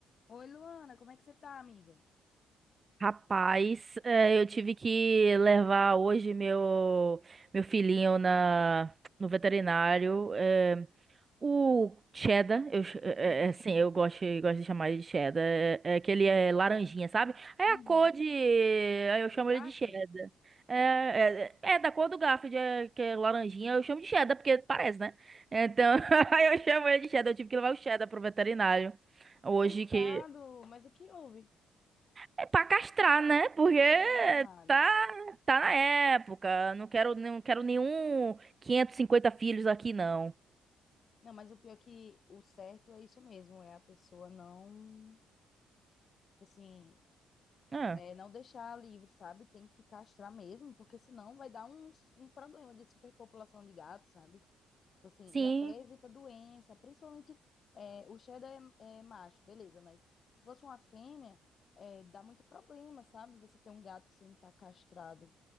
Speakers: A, on the left; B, on the right.
A: Oi, Luana, como é que você tá, amiga?
B: Rapaz, eh, eu tive que levar hoje meu meu filhinho na no veterinário. eh, o cheddar, eu, ch- eh,
A: <laughs>
B: eh, assim, eu gosto, gosto de chamar ele de cheddar. É, é que ele é laranjinha, sabe? É
A: Uhum.
B: a cor de. Aí eu
A: Do
B: chamo
A: Garfield?
B: ele de cheddar. É, é, é da cor do Garfield, é, que é laranjinha, eu chamo de cheddar, porque parece, né? Então, <laughs> aí eu chamo ele de cheddar. Eu tive que levar o cheddar pro veterinário. Hoje
A: Coitado,
B: que.
A: mas o que houve?
B: É pra castrar, né? Porque
A: Ah, Libu.
B: tá, tá na época. Não quero, não quero nenhum 550 filhos aqui, não.
A: Não, mas o pior é que o certo é isso mesmo, é a pessoa não, tipo assim,
B: Ah,
A: É, não deixar livre, sabe? Tem que castrar mesmo, porque senão vai dar um, um problema de superpopulação de gatos sabe? Tipo assim,
B: sim.
A: e até evita doença, principalmente é, o cheddar é, é macho, beleza, mas se fosse uma fêmea, é, dá muito problema, sabe? Você ter um gato sem estar castrado.